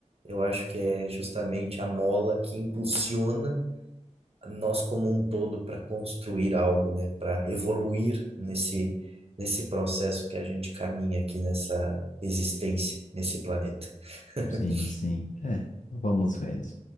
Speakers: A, on the right; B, on the left.
A: eu acho que é justamente a mola que impulsiona nós como um todo para construir algo, né? Para evoluir nesse nesse processo que a gente caminha aqui nessa existência, nesse planeta. <laughs>
B: sim, sim. É, vamos vendo.